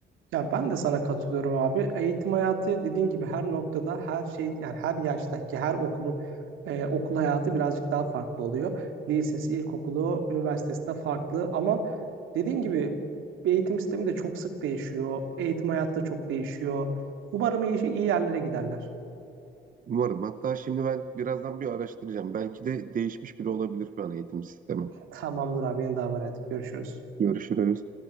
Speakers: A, on the right; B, on the right.
A: Ya ben de sana katılıyorum abi. Eğitim hayatı dediğin gibi her noktada, her şey yani her yaştaki her okulun e, okul hayatı birazcık daha farklı oluyor. Lisesi, ilkokulu, üniversitesi de farklı ama dediğin gibi eğitim sistemi de çok sık değişiyor. Eğitim hayatı da çok değişiyor. Umarım iyi, iyi yerlere giderler.
B: Umarım. Hatta şimdi ben birazdan bir araştıracağım. Belki de değişmiş bile olabilir şu an eğitim sistemi.
A: Tamamdır abi beni davet et. Görüşürüz.
B: Görüşürüz.